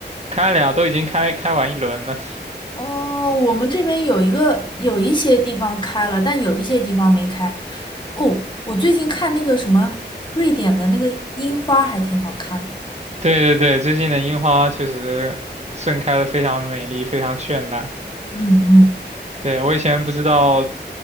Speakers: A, on the right; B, on the left.
A: 开了呀，都已经开开完一轮了。<laughs>
B: 哦，我们这边有一个，有一些地方开了，但有一些地方没开。哦，我最近看那个什么瑞典的那个樱花还挺好看的
A: 对对对，最近的樱花确实盛开的非常美丽，非常绚烂。
B: 嗯嗯
A: 对，我以前不知道